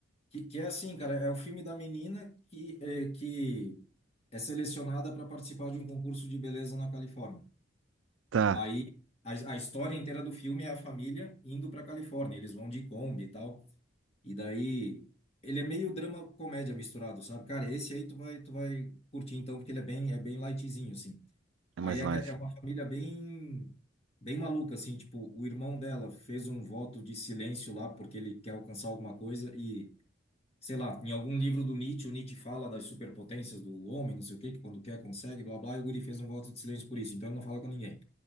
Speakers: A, on the left; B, on the right.
A: Que, que é assim, cara, é o filme da menina que é, que é selecionada para participar de um concurso de beleza na Califórnia.
B: Tá,
A: Aí a, a história inteira do filme é a família indo para Califórnia, eles vão de Kombi e tal. E daí ele é meio drama comédia misturado, sabe? Cara, esse aí tu vai tu vai curtir então, porque ele é bem é bem lightzinho assim.
B: é
A: Aí
B: mais
A: é,
B: light.
A: que- é uma família bem bem maluca assim, tipo, o irmão dela fez um voto de silêncio lá porque ele quer alcançar alguma coisa e sei lá, em algum livro do Nietzsche, o Nietzsche fala das superpotências do homem, não sei o quê, que quando quer consegue, blá blá, e o guri fez um voto de silêncio por isso, então ele não fala com ninguém.